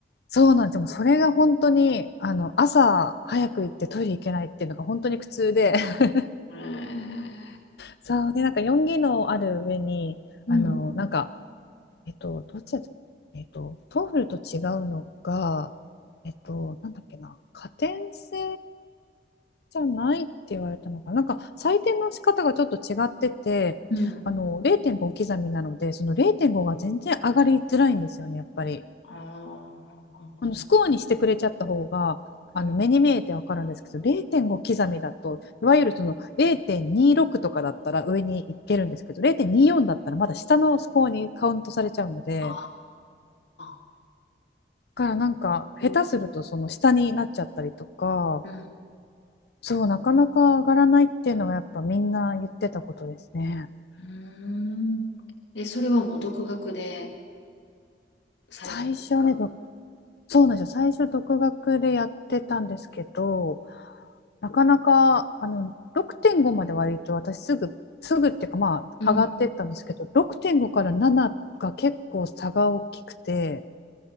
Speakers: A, on the left (about 65°); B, on the left (about 85°).
A: そうなんですよ。もうそれが本当に、あの、朝早く行ってトイレ行けないっていうのが本当に苦痛で、<laughs>
B: へえ。
A: そう、で、なんか4技能ある上に、
B: うん、
A: あの、なんか、えっと、どっちだったえっと、トーフルと違うのが、えっと、なんだっけな、加点制じゃないって言われたのかな、なんか採点の仕方がちょっと違ってて、
B: うん。
A: あの0.5刻みなので、その0.5が全然上がりづらいんですよね、やっぱり。
B: ああ、
A: あのスコアにしてくれちゃった方が、
B: うん。
A: あの目に見えてわかるんですけど、0.5刻みだと、いわゆるその0.26とかだったら上に行けるんですけど、0.24だったらまだ下のスコアにカウントされちゃうので。
B: ああ、
A: からなんか下手するとその下になっちゃったりとか
B: そうん、
A: そうなかなか上がらないっていうのがやっぱみんな言ってたことですね。
B: うん。うーんえ、それはもう独学でされたんですか。
A: 最初ねどそうなんですよ最初独学でやってたんですけどなかなかあの6.5まで割と私すぐすぐっていうかまあ上がってったんですけど6.5から7が結構差が大きくて
B: うん。う